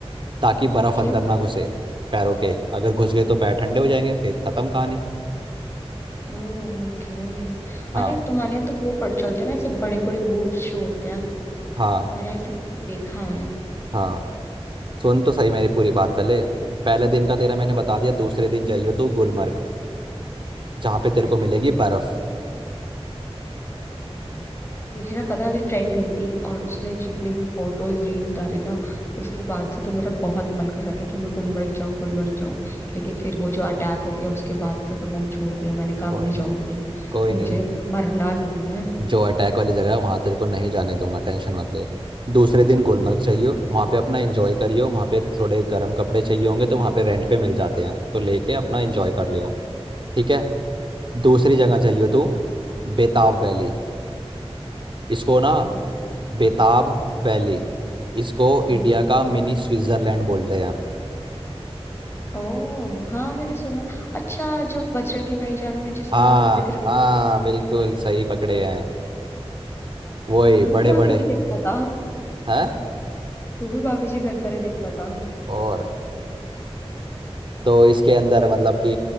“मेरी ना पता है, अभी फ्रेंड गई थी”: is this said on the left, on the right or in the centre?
Left